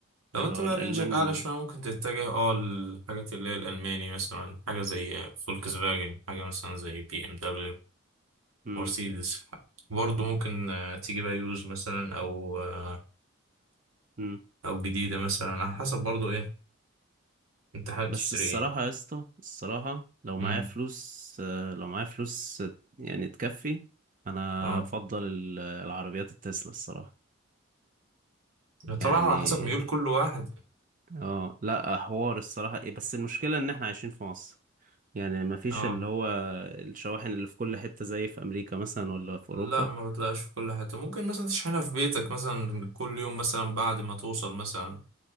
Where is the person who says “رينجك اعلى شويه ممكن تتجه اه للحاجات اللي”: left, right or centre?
Right